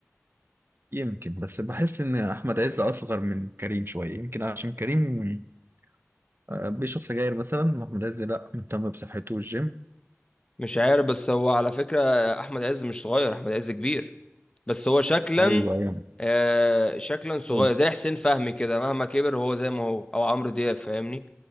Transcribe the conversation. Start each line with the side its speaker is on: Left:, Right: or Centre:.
Right: يمكن بس بحس ان احمد عز اصغر من كريم شويه يمكن عشان كريم آه، بيشرب سجاير مثلا واحمد عز لا مهتم بصحته والجيم
Left: مش عارف بس هو على فكرة أحمد عز مش صغير أحمد عز كبير بس هو شكلا
Right: ايوه ايوه
Left: آه شكلا صغير
Right: أيوة.
Left: زي حسين فهمي كده مهما كبر هو زي ما هو أو عمرو دياب فاهمني